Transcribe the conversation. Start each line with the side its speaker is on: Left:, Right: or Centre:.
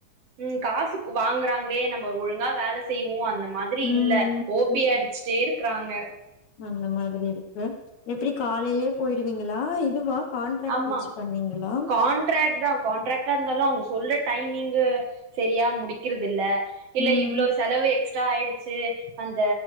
Right: ம் காசு வாங்குறாங்களே நம்ம ஒழுங்கா வேலை செய்வோ அந்த மாதிரி
Left: ம்
Right: இல்ல ஓபி
Left: ம்
Right: அடிச் அடிச்சுட்டே இருக்குறாங்க
Left: அந்த மாதிரி இருக்கு எப்டி காலைலேயே போயிடுவீங்களா இதுவா கான்ட்ராக்ட்
Right: ஆமா
Left: வச்சு பண்ணீங்களா
Right: கான்ட்ராக்ட் தா காண்ட்ராக்ட்டா இருந்தாலு அவங்க சொல்ற டைமிங்க் சரியா முடிக்கறது இல்ல இல்ல
Left: ம்
Right: இவ்வளவு செலவு எக்ஸ்ட்ரா ஆயிடுச்சு அந்த